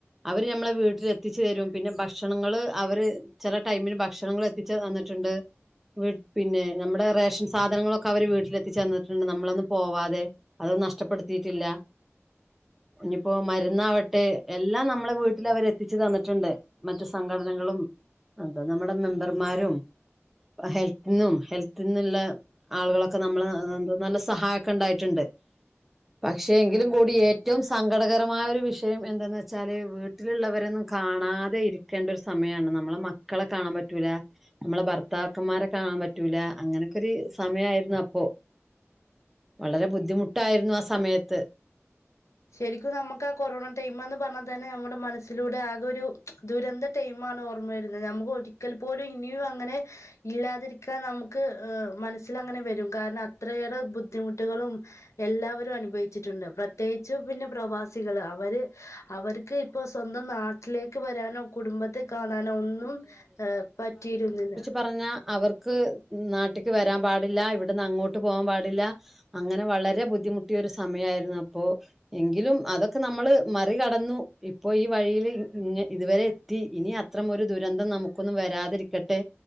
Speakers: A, in the centre; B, on the left.
A: അവര് ഞമ്മളെ വീട്ടില് എത്തിച്ചു തരും, പിന്നെ ഭക്ഷണങ്ങള് അവര് ചെല ടൈമില് ഭക്ഷണങ്ങൾ. എത്തിച്ച് തന്നിട്ടുണ്ട് വിൻ പിന്നെ ഞമ്മളെ. റേഷൻ സാധനങ്ങളൊക്കെ അവര് വീട്ടിലെത്തിച്ച് തന്നിട്ടുണ്ട്, നമ്മളൊന്നും പോവാതെ. അത് നഷ്ടപ്പെടുത്തിയിട്ടില്ല. ഇനിയിപ്പോ മരുന്ന് ആവട്ടെ എല്ലാം നമ്മളെ വീട്ടില് അവര് എത്തിച്ചു തന്നിട്ടുണ്ട്. മറ്റു സംഘടനകളും എന്താ നമ്മുടെ മെമ്പർമാരും. ഹെൽത്തിനും ഹെൽ ത്തിന്നുള്ള ആളുകളൊക്കെ നമ്മള് എന്തോ നല്ല സഹായം ഒക്കെ ഉണ്ടായിട്ടുണ്ട്. പക്ഷേ എങ്കിലും
B: ആഹ്
A: കൂടി ഏറ്റവും സങ്കടകരമായ ഒരു വിഷയം എന്താെന്ന് വെച്ചാല് വീ വീട്ടിലുള്ളവരൊന്നും കാണാതെ ഇരിക്കേണ്ട ഒരു സമയാണ് നമ്മളെ മക്കളെ കാണാൻ പറ്റൂല. നമ്മളെ ഭർത്താക്കന്മാരെ കാണാൻ പറ്റൂല. അങ്ങനെക്കൊരു സമയമായിരുന്നു അപ്പോ, വളരെ ബുദ്ധിമുട്ടായിരുന്നു ആഹ് സമയത്ത്.
B: ശരിക്കും നമുക്ക് ആഹ് കൊറോണ ടൈം എന്നുപറഞ്ഞാൽ തന്നെ നമ്മുടെ മനസ്സിലൂടെ ആകെ ഒരു ദുരന്തം. ടൈമാണ് ഓർമ്മവരുന്ന നമുക്ക്‌ ഒരിക്കൽ പോലും ഇനിയും അങ്ങനെ. ഇല്ലാതിരിക്കാൻ നമുക്ക് ഏഹ് മനസ്സില് അങ്ങനെ വരും, കാരണം അത്രയേറെ ബുദ്ധിമുട്ടുകളും. എല്ലാവരും അനുഭവിച്ചിട്ടുണ്ട്, പ്രത്യേകിച്ച് പിന്നെ പ്രവാസികള് അവര്. അവർക്ക് ഇപ്പൊ സ്വന്തം നാട്ടിലേക്ക് വരാനോ കുടുംബത്തെ കാണാനോ ഒന്നും. ഒന്നും ഏഹ് പറ്റിയിരുന്നില്ല.
A: പറഞ്ഞാൽ അവർക്ക് നാട്ടേക്ക് വരാൻ പാടില്ല ഇവിടുന്ന് അങ്ങോട്ട് പോവാൻ പാടില്ല. അങ്ങനെ വളരെ ബുദ്ധിമുട്ടിയ ഒരു സമയമായിരുന്നു അപ്പോ. എങ്കിലും അതൊക്കെ നമ്മള് മറികടന്നു ഇപ്പൊ ഈ വഴിയിൽ ഇങ്ങ് ഇതുവരെ എത്തി ഇനി. ഇത്രമോ ഒരു ദുരന്തം നമുക്കൊന്നും വരാതിരിക്കട്ടെ.